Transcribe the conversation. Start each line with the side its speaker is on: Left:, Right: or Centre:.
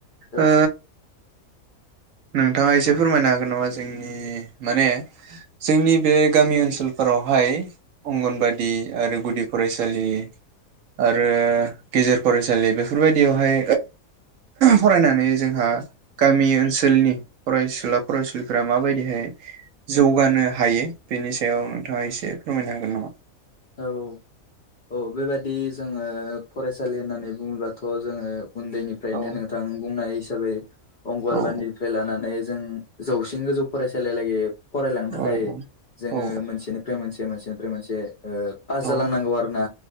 Left: औ
Right: ओ नोंथाङा एसे फोरमायनो हागोन नामा जोंनि माने जोंनि बे गामि ओनसोल फोरावहाय अंगनबादि आरो गुदि फरायसालि आरो गेजेर फरायसालि बेफोरबायदियावहाय फरायनानै जोंहा गामि ओनसोलनि फरायसुला फरायसुलिफोरा माबायदिहाय जौगानो हायो बेनि सायाव नोंथाङा एसे फोरमायनो हागोन नामा?
Left: औ औ औ बेबादि जोङो फरायसालि होननानै बुङोबथ' जोङो उन्दैनिफ्रायनो
Right: औ
Left: नोंथां बुंनाय हिसाबै अंगनबादिनिफ्राय
Right: औ
Left: लानानै जों जौसिन गोजौ फरायसालियालागि फरायलांनो थाखाय
Right: औ
Left: जोङो
Right: औ
Left: मोनसेनिफ्राय मोनसे मोनसेनिफ्राय मोनसे ओ‌ पास
Right: औ
Left: जालांनांगौ आरोोना